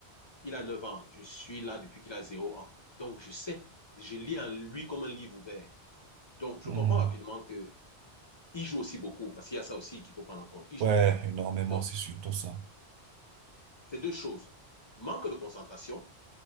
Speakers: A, on the left; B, on the right.
A: Il a 9 ans. Je suis là depuis qu'il a zéro ans. Donc je sais. Je lis en lui comme un livre ouvert. Donc je
B: mhm.
A: comprends rapidement que il joue aussi beaucoup parce qu'il y a ça aussi qu'il faut prendre en compte. Il joue
B: Ouais,
A: beaucoup.
B: énormément,
A: Donc
B: c'est surtout ça.
A: c'est deux choses. Manque de concentration